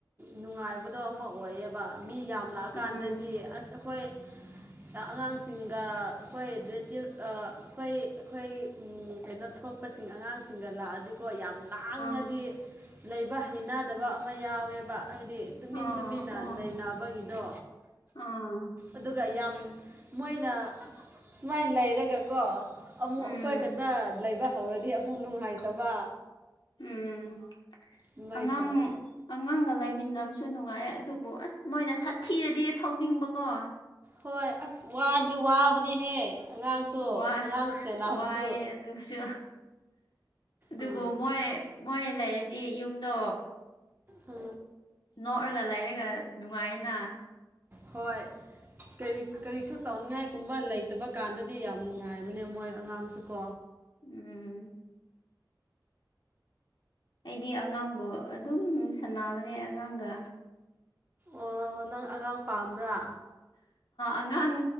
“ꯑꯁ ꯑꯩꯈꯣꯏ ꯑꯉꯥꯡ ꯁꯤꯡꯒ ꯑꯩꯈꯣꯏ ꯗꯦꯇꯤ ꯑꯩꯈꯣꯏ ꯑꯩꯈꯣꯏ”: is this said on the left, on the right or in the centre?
Right